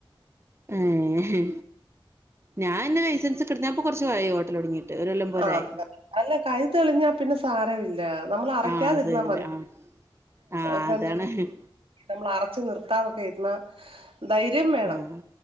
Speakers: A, on the right (about 30°); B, on the right (about 85°).
A: ഏഹെ ഞാനന്നെ ലൈസൻസൊക്കെ എടുത്തിട്ട് ഞാപ്പൊ കൊറച്ച് കാലായി ഓട്ടൽ തൊടങ്ങീട്ട് ഒരു കൊല്ലം പോരായി
B: ആഹ് അല്ല കൈ തെളിഞ്ഞാൽ പിന്നെ സാരമില്ല നമ്മൾഅറ
A: ആ
B: ക്കാതിരുന്നാൽ
A: ശരില്ലേ
B: മതി
A: ആ ആ
B: ഫ്ര
A: അതാണ്
B: നമ്മൾ അറച്ചു നിർത്താനൊക്കെ ഇരുന്ന ധൈര്യം വേണം
A: ആഹ്